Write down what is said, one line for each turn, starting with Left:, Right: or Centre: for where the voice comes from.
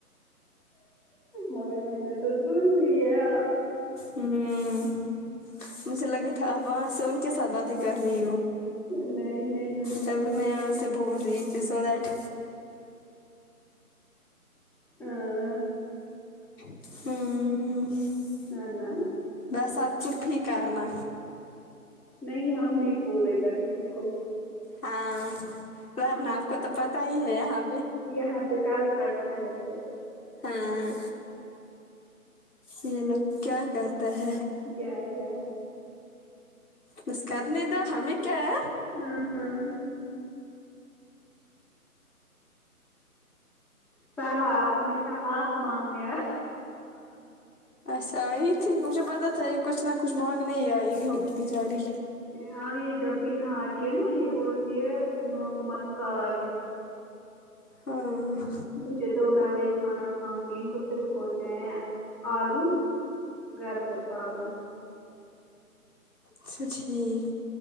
Centre: مگر میں نے تو سن لیا
Left: ہوں مجھے لگا تھا آپ وہاں سہیل ساتھ باتیں کر رہی ہو
Centre: نہیں نہیں میں نے
Left: تبھی
Centre: سن
Left: میں یہاں
Centre: لیا
Left: سے بول رہی تھی سو دیٹ
Centre: آں
Left: ہوں
Centre: نا نا
Left: بسا آپ چپ ہی کرنا
Centre: نہیں ہم نہیں بولے گا کسی کو
Left: ہاں ورنا
Centre: ہم
Left: آپ کو تو پتا ہی ہے یہاں پے
Centre: یہاں پے کل پھاٹتا ہے پھر
Left: ہاں یہ لوگ کیا کرتے ہیں
Centre: یا یا
Left: بس کر نے دو ہمیں کیا ہے
Centre: ہاں ہاں سر وہ آپ ہمیشہ ہاتھ مانگنے آ ۓ
Left: اچھا یہی تھی مجھے پتا تھا یہ کچھ نہ کچھ مانگنے ہی آئی ہوگی بچاری
Centre: ہاں یہ جب بھی یہاں آتی ہے نا یہ بولتی ہے تم لوگوں کو مت <unintelligible> اگے
Left: ہاں
Centre: مجھے دو میں وہی کھانا کھاؤں گی ان کو صرف ہوتے ہیں آلو گھر پہ سالن
Left: اچھا ٹھیک